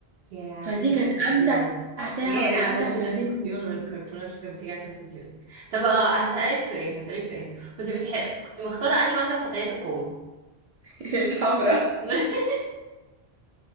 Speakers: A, on the right; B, on the right.
A: يا على
B: فدي
A: التلفزيون
B: كانت امتع ساعه
A: يا
B: ولا
A: على
B: امتع
A: التلفزيون
B: ساعتين بالنسبه
A: والكرتونات
B: لي
A: اللي كانت بتيجي على التلفزيون طب ه- هسألك سؤال هسألك سؤال كنت بتحب كنت مختارة انهي واحدة في فتيات القوة
B: <laughs> الحمراء
A: <laughs>